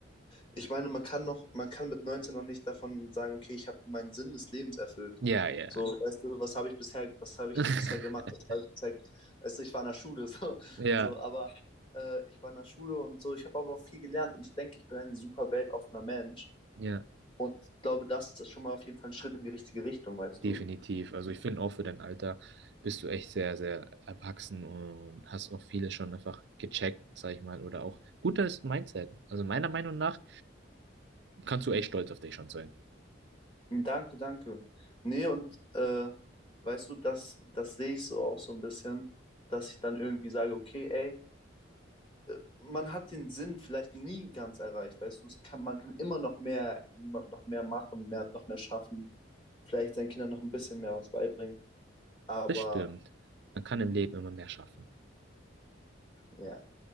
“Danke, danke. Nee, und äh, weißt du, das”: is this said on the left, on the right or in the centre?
Left